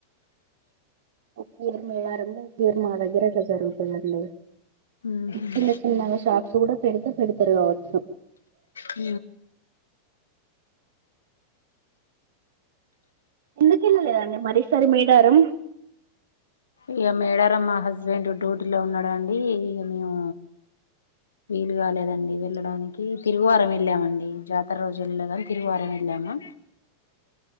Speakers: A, on the right; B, on the left.
A: కేర్మలారంంద కేర్ మాాల దగ్రట్ జరుగుతుందండి
B: మ్మ్ హ్మ్
A: చిన్న చిన్నగా చ కూడా పెడతే పెడతారు కాబట్టి
B: అ
A: ఎందుకు వెళ్ళలేదండి మరసారి మీడారం
B: ఇక మేడారం మా హస్బెండ్ డ్యూటీలో ఉన్నాడంండి ఇక మేము వీలు కాలేదండి వెళ్ళడానికి తిరుగువారం వెళ్ళామండి జాతర రోజు వెళ్ళలేదని తిరుగువారం వెళ్ళాము